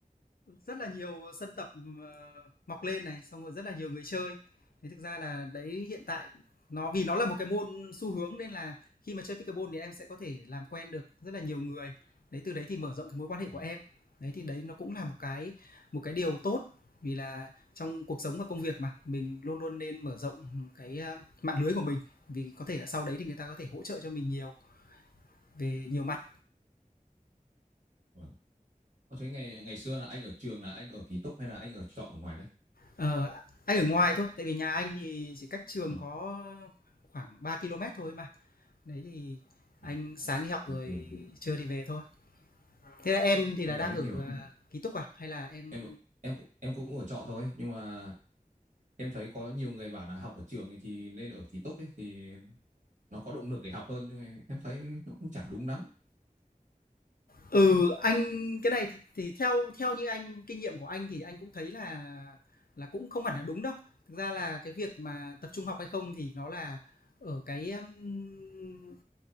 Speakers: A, on the left (about 85°); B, on the right (about 60°).
A: Rất là nhiều sân tập, ờ, mọc lên này, xong rồi rất là nhiều người chơi. Thế thực ra là đấy hiện tại nó vì nó là một cái môn xu hướng nên là khi mà chơi pickleball thì em sẽ có thể làm quen được rất là nhiều người. Đấy, từ đấy thì mở rộng cái mối quan hệ
B: Ờ,
A: của em. Đấy, thì đấy nó cũng là một cái một cái điều tốt vì là trong cuộc sống và công việc mà, mình luôn luôn nên mở rộng, cái, ờ, mạng lưới của mình, vì có thể là sau đấy thì người ta có thể hỗ trợ cho mình nhiều về nhiều mặt.
B: vâng. Có thấy ngày ngày xưa là anh ở trường là anh ở ký túc hay là anh ở trọ ở ngoài đấy?
A: Ờ, anh ở ngoài thôi, tại vì nhà anh thì chỉ cách trường
B: Ờ,
A: có khoảng 3 ki-lô-mét thôi mà. Đấy thì
B: ờ.
A: anh sáng đi học
B: Thì
A: rồi
B: kiểu
A: trưa thì về thôi. Thế là em thì là
B: em
A: đang
B: thấy
A: ở,
B: kiểu
A: à, ký túc à? Hay là em
B: em em cũng em cũng ở trọ thôi, nhưng mà em thấy có nhiều người bảo là học ở trường thì nên ở ký túc ấy thì nó có động lực để học hơn nhưng mà em thấy nó cũng chả đúng lắm
A: Ừ, anh cái này thì, thì theo theo như anh kinh nghiệm của anh thì anh cũng thấy là là cũng không hẳn là đúng đâu. Thực ra là cái việc mà tập trung học hay không thì nó là ở cái um,